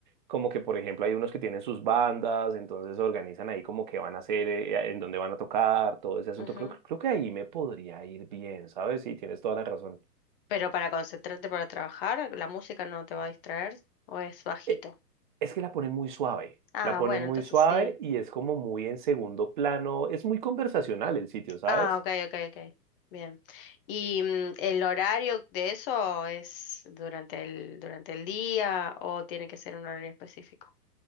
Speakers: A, on the right (about 30°); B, on the left (about 35°).
A: como que por ejemplo hay unos que tienen sus bandas, entonces organizan ahí como que van a hacer, eh, en dónde van a tocar, todo ese asunto,
B: ujú.
A: creo, creo que ahí me podría ir bien, ¿sabes? Sí, tienes toda la razón.
B: Pero para concentrarte para trabajar, la música no te va a distraer o es bajito.
A: Eh, Es que la ponen muy suave,
B: Ah,
A: la ponen
B: bueno,
A: muy
B: entonces
A: suave
B: sí.
A: y es como muy en segundo plano, es muy conversacional el sitio, ¿sabes?
B: Ah, ok, ok, ok. Bien. ¿Y mm, el horario de eso es durante el, durante el día o tiene que ser un horario específico?